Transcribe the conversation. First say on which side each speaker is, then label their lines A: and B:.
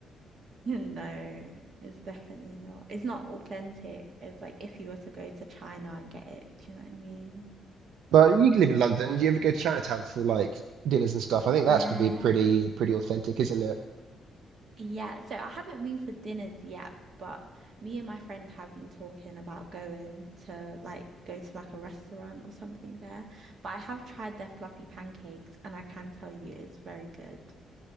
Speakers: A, on the right; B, on the right.
A: No, it's definitely not. It's not authentic. It's like if you were to go to China and get it, do you know what I mean?
B: But you live in London, do you ever go to Chinatown for like dinners and stuff? I think that's
A: Yeah.
B: gonna be pretty pretty authentic, isn't it?
A: Yeah, so I haven't moved for dinners yet, but me and my friend have been talking about going to like go to like a restaurant or something there. But I have tried their fluffy pancakes and I can tell you it's very good.